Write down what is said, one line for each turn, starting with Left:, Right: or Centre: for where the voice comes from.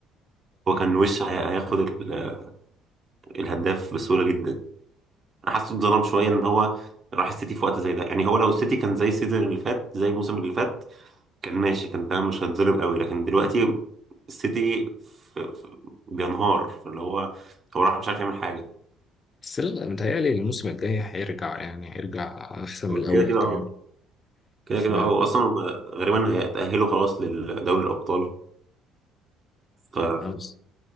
Right: هو كان وش هي- هياخد ال- الهداف بسهوله جدا انا حاسه اتظلم شويه ان هو راح السيتي في وقت زي ده يعني هو لو السيتي كان زي السيزون اللي فات زي الموسم اللي فات كان ماشي كان تمام مش هتظلم قوي لكن دلوقتي السيتي ف- ف- بينهار فاللي هو هو راح مش عارف يعمل حاجة
Left: بس لا متهيألي الموسم الجاي هيرجع يعني هيرجع أحسن من
Right: هو
Left: الأول
Right: كده كده
Left: كمان
Right: اه كده
Left: ف
Right: كده اه واصلا هم غالبا هيتأهلوا خلاص لدوري الأبطال ف
Left: عاوز-